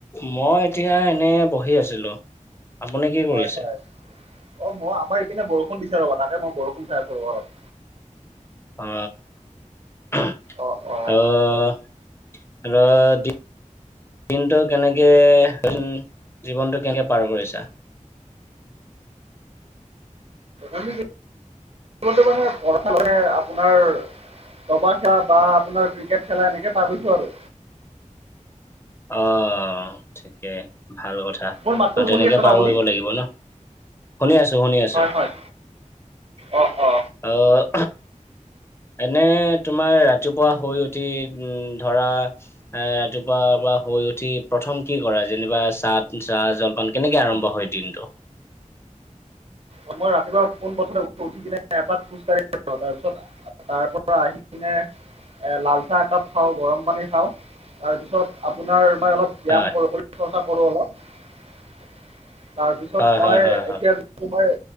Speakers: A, on the left; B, on the right.
A: মই এতিয়া এনে বহি আছিলো। আপুনি কি কৰি
B: হয়
A: আছে
B: -হয় অ', মই আমাৰ ইপিনে বৰষুণ দিছে ৰ'বা তাকে মই বৰষুণ চাই আছো ৰবা অলপ।
A: অ', হ
B: অ অ
A: হহঃ আহ ৰ দি দিনটো কেনেকে <unintelligible> জীৱনটো কেনেকে পাৰ কৰিছা?
B: আমি জীৱন টো মানে পঢ়া মানে আপোনাৰ তবাচা বা আপোনাৰ ক্ৰিকেট খেলা এনেকে পাৰিছো আৰু।
A: অ, ঠিকেই ভাল কথা কা
B: মোৰ মাতটো
A: আৰু
B: শুনি
A: তেনেকে
B: আছে ন
A: পাৰ
B: আপুনি?
A: কৰিব লাগিব ন? শুনি আছো শুনি আছো।
B: হয় হয় অ অ।
A: অ অহ। এনে তোমাৰ ৰাতিপুৱা শুই উঠি উম ধৰা এ ৰাতিপুৱা বা শুই উঠি প্ৰথম কি কৰা যেনিবা চাহ তো চাহ জলপান কেনেকে আৰম্ভ হয় দিনটো?
B: অ মই ৰাতিপুৱা পোনপ্ৰথমে উঠোঁ, উঠি কিনে এপাক খোজ কাঢ়ি <inaudible> তাৰপিছত তাৰ পৰা আহি কিনে এ লালচাহ একাপ খাওঁ, গৰম পানী খাওঁ তাৰপিছত আপোনাৰ মানে অলপ ব্যায়াম
A: হয়
B: কৰিবলৈ চৰ্চা কৰো অলপ তাৰপিছত
A: হয়
B: মই
A: হয় হয়
B: এতিয়া তোমাৰে